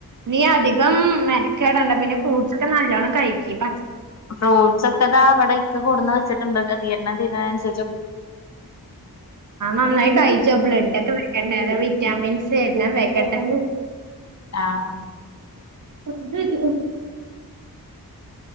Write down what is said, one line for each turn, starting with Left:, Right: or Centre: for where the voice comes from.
Right: നീ അധികം മെനക്കടേണ്ട പിന്നെ ഫ്രൂട്ട്സ് ഒക്കെ നല്ലോണ്ണം കഴിക്കി പ
Left: ഫ്രൂട്ട്സ് ഒക്കെതാ ഇവിടെ ഇക്ക കൊടുന്ന് വച്ചിട്ടുണ്ട് തീര്ണ തീര് ണെയ്നൻസ
Right: ആഹ് നന്നായി കഴി ബ്ലഡ് ഒക്കെ വെക്കട്ടെ അ വിറ്റാമിൻസ് എല്ലാം വെക്കട്ടെ
Left: ആഹ്
Right: <inaudible>